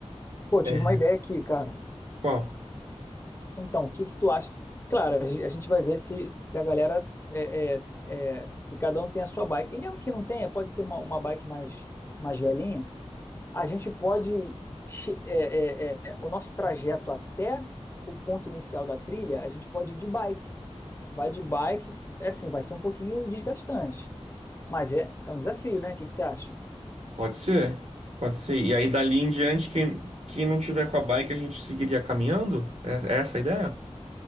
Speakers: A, on the left; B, on the right.
A: Pô, tive
B: É.
A: uma ideia aqui, cara.
B: Qual?
A: Então, o que que tu acha? Claro, a gen- a gente vai ver se, se a galera é, é, é, se cada um tem a sua bike. E mesmo que não tenha, pode ser uma, uma bike mais, mais velhinha. a gente pode. che- é, é, é, o nosso trajeto até o ponto inicial da trilha, a gente pode ir de bike. Vai de bike, é assim, vai ser um pouquinho desgastante, mas é, é um desafio, né? O que que você acha?
B: Pode ser, pode ser. E aí, dali em diante, quem, quem não tiver com a bike, a gente seguiria caminhando? É, é essa a ideia?